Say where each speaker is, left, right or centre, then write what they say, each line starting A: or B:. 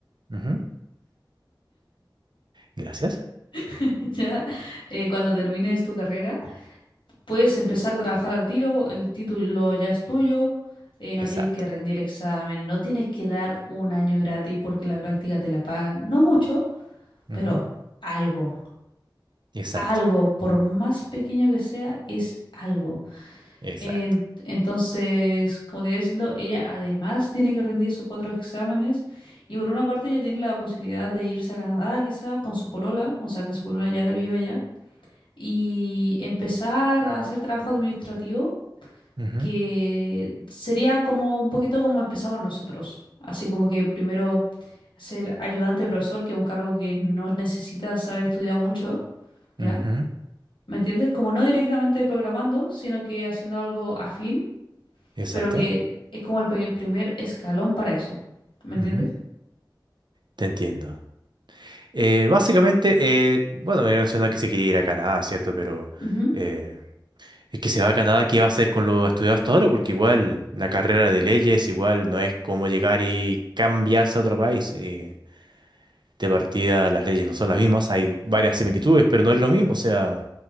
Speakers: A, on the right (about 65°); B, on the left (about 75°).
A: Ujú. Gracias.
B: <laughs> ya, eh, cuando termines tu carrera, Puedes empezar a trabajar al tiro, el título ya es tuyo, eh, no
A: Exacto.
B: tienes que rendir exámenes, no tienes que dar un año gratis porque la práctica te la pagan. No mucho,
A: Ujú.
B: pero algo,
A: Exacto.
B: algo, por más pequeño que sea, es algo.
A: Exacto.
B: En- entonces, como te iba diciendo, ella además tiene que rendir esos cuatro exámenes y por una parte ella tiene la posibilidad de irse a Canadá quizá con su polola, o sea que su polola ya viva allá y empezar a hacer trabajo administrativo
A: Ujú.
B: que sería como un poquito como empezamos nosotros, así como que primero ser ayudante de profesor, que es un cargo que no necesitas haber estudiado mucho, ¿ya?
A: Ujú.
B: ¿Me entiendes? Como no directamente programando, sino que haciendo algo afín,
A: Exacto.
B: pero que es como el pe- primer escalón para eso, ¿me entiendes?
A: Ujú, Te entiendo. Eh, básicamente, eh, bueno, me había mencionado que se quería ir a Canadá, ¿cierto? Pero
B: Ujú.
A: eh, es que se va a Canadá, ¿qué va a hacer con lo estudiado hasta ahora? Porque igual la carrera de leyes, igual no es como llegar y cambiarse a otro país. eh, de partida, las leyes no son las mismas, hay varias similitudes, pero no es lo mismo. O sea,